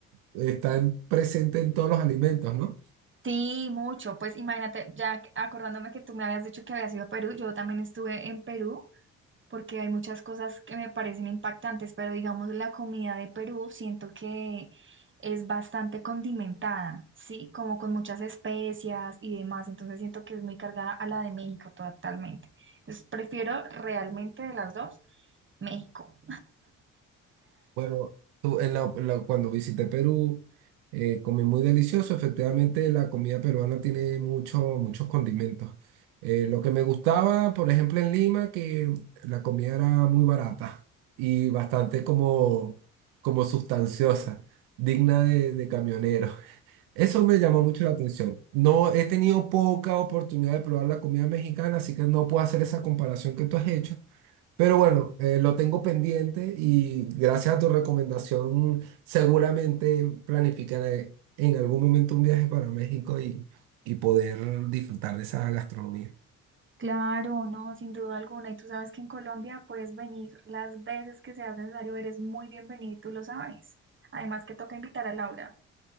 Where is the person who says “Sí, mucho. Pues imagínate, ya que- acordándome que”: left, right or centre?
Right